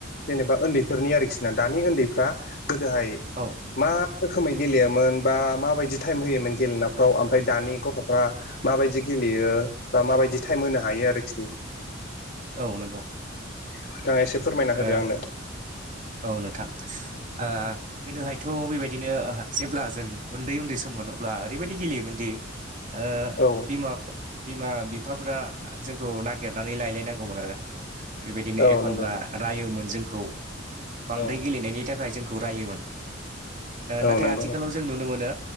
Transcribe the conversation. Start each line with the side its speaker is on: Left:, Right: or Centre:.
Left: जेनेबा उन्दैफोरनि आरोखि ना दानि उन्दैफ्रा गोदोहाय
Right: औ
Left: मा रोखोमै गेलेयामोन बा माबायदि टाइम होयोमोन गेलेनायफ्राव ओमफ्राय दानि गथ'फ्रा माबायदि गेलेयो बा माबायदि टाइम होनो हायो आरोखि।
Right: औ नंगौ
Left: नोंथाङा एसे फोरमायना होदो
Right: ओ
Left: आंनो।
Right: औ नोंथां ओ गोदोहायथ' बेबायदिनो जेब्ला जों उन्दै-उन्दै सममोन अब्ला ओरैबायदि गेलेयोमोनदि आ <unintelligible>
Left: औ
Right: बिमा बिफाफोरा जोंखौ नागिरनानै लायलायनांगौमोन आरो बेबायदिनो
Left: औ
Right: एखनब्ला
Left: नंगौ
Right: रायोमोन जोंखौ बांद्राय
Left: औ
Right: गेलेनायनि थाखाय थाखाय जोंखौ रायोमोन नाथाय
Left: औ नंगौ
Right: आथिखालाव जों नुनो मोनो